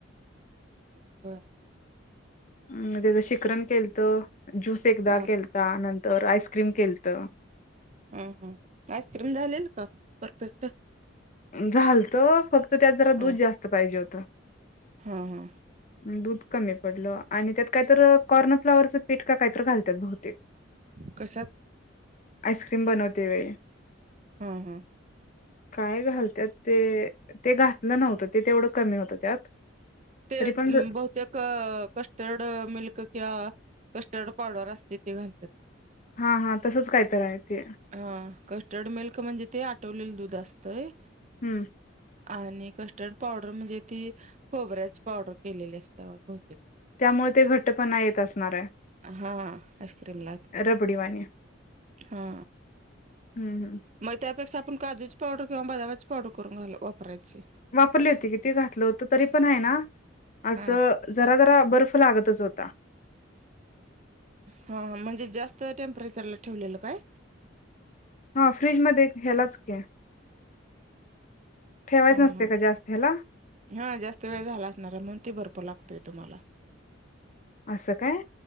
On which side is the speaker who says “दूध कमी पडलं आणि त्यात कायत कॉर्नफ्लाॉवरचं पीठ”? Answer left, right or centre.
Left